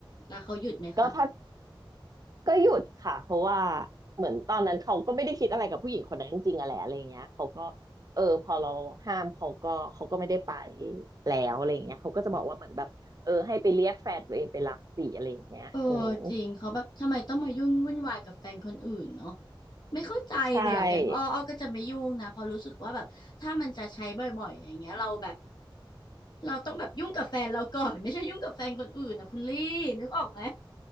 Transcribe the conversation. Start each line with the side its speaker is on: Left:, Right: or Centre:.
Left: แล้วเขาหยุดไหมคะ
Right: ก็ถ้า ก็หยุดค่ะเพราะว่าเหมือนตอนนั้นเขาก็ไม่ได้คิดอะไรกับผู้หญิงคนนั้นจริงๆอะแหละอะไรเงี้ยเขาก็เออพอเราห้ามเขาก็เขาก็ไม่ได้ไปแล้วอะไรเงี้ยเขาก็จะบอกว่าเหมือนแบบเออให้ไปเรียกแฟนตัวเองไปรับสิอะไรอย่างเงี้ยอืม
Left: เออจริงเขาแบบทำไมต้องมายุ่งวุ่นวายกับแฟนคนอื่นเนาะไม่เข้าใจเลยอะอย่างอ้ออ้อก็จะไม่ยุ่งนะเพอราะรู้สึกว่าแบบถ้ามันจะใช้บ่อยๆอย่างเงี้ยเราแบบ
Right: ใช่
Left: เราต้องแบบยุ่งกับแฟนเราก่อนไม่ใช่ยุ่งกับแฟนคนอื่นนะคุณลี่นึกออกไหม